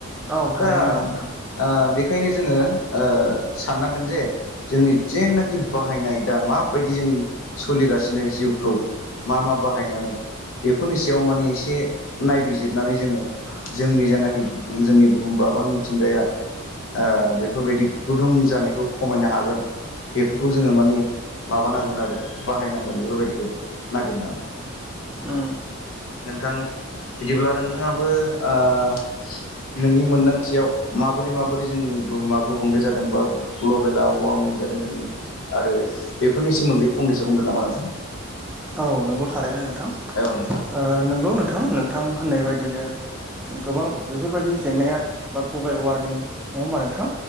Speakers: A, in the centre; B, on the left.
A: औ थारैनो
B: दा
A: नंगौ नोंथां
B: बे बेखायनो जोङो ओ साननांगोन जे जोंनि जेनाखि बाहायनाय दा माबायदि जों सोलिगासिनो जिउखौ मा मा बाहायनानै बेफोरनि सायाव माने एसे नायबिजिरनानै जोङो जोंनि जेनााखि जोंनि बुहुमबा बबा मिथिंगाया ओ बेफोरबायदि गुदुं जानायखौ खमायनो हागोन बेफोरखौ जोङो माने माबानांगोन आरो बाहायनांगोन बेफोरबायदिखौ नागिरनानै
A: उम
B: थां बिदिब्ला नोंथाङाबो आं नोंनि मोन्दांथियाव माबोरै माबोरै जोंनि बुहुमा गुबुंले जादों बा ग्लबेला वारमिं जादों जोंनि आरो बेफोरनि सोमोन्दै फं नैसो बुंदो नामा नोंथां
A: औ नोंगौ थारैनो नोंथां
B: औ नोंथां
A: ओ नोंगौ नों नोंथां नोंथां होननाय बायदिनो गोबां बेफोरबायदि जेंनाया बा ग्लबेल वारनिं नङा होमबा नोंथां